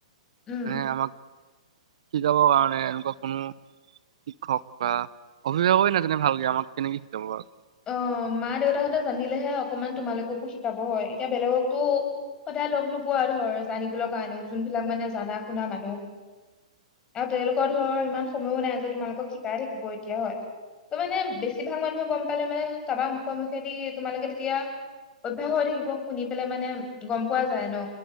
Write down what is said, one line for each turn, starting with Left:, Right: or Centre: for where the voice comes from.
Left: উম
Right: মানে আমাক শিকাব কাৰণে মানে এনেকুৱা কোনো শিক্ষক বা অভিভাৱকে নাজানে ভালকে আমাক কেনেকে শিকাব বাৰু।
Left: অ মা দেউতাহঁতে জানিলেহে অকমান তোমালোককো শিকাব হয় এতিয়া বেলেগকতো সদায় লগ নোপোৱা ধৰ জানিবলৈ কাৰণেও যোনবিলাক মানে জানা শুনা মানুহ আৰু তেওঁলোকৰ ধৰ ইমান সময়ো নাই যে তোমালোকক শিকাই থাকিব এতিয়া হয়, ত মানে বেছিভাগ মানুহে গম পালে মানে কাৰোবাৰ মুখে মুখেদি তোমালোকে তেতিয়া, অভ্যাস হৈ থাকিব শুনি পেলাই মানে গম পোৱা যায় ন,